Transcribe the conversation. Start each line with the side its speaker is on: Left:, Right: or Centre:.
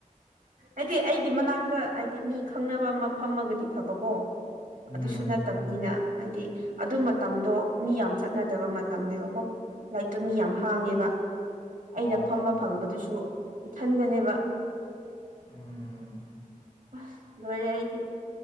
Right: ꯍꯥꯏꯗꯤ ꯑꯩꯒꯤ ꯃꯅꯥꯛꯇ ꯍꯥꯏꯗꯤ ꯃꯤ ꯈꯪꯅꯕ ꯑꯃ ꯐꯝꯃꯒꯗꯤ ꯐꯕꯀꯣ
Left: ꯎꯝ
Right: ꯑꯗꯨꯁꯨ ꯅꯠꯇꯕꯅꯤꯅ ꯍꯥꯏꯗꯤ ꯑꯗꯨ ꯃꯇꯝꯗꯣ ꯃꯤ ꯌꯥꯝ ꯆꯠꯅꯗꯕ ꯃꯇꯝꯅꯦꯕꯀꯣ ꯂꯥꯏꯔꯤꯛꯇꯣ ꯃꯤ ꯌꯥꯝ ꯍꯥꯡꯉꯦꯕ
Left: ꯑꯣ
Right: ꯑꯩꯅ ꯐꯝꯕ ꯐꯪꯕꯗꯨꯁꯨ ꯏꯊꯟꯗꯅꯦꯕ
Left: ꯎꯝ ꯎꯝ
Right: ꯑꯁ ꯂꯣꯢꯔꯦ ꯑꯩꯗꯤ